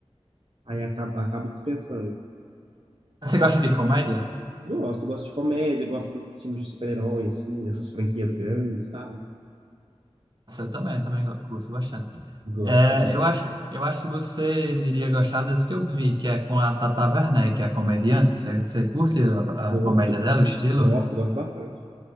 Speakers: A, on the right; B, on the right.
A: Aí acabo, acabo dispensando.
B: Você gosta de comédia?
A: Gosto, gosto de comédia, gosto desses filmes de super-herói, assim, dessas franquias grandes, sabe?
B: Eu também, também go- curto bastante.
A: Gosto
B: É,
A: também.
B: eu acho, eu acho que você iria gostar desse que eu vi, que é com a Tata Werneck, que é a comediante. Você, você curte a,
A: Gosto,
B: a comédia dela, o estilo?
A: gosto, gosto bastante.